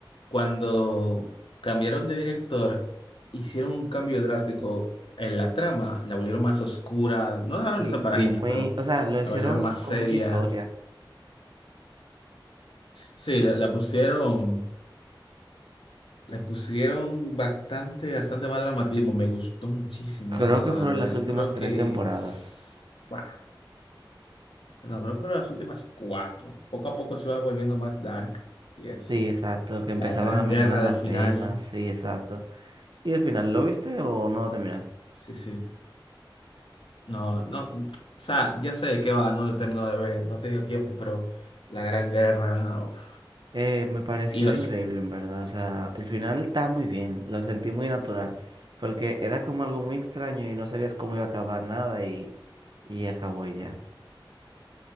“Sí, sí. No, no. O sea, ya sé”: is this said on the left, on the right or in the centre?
Left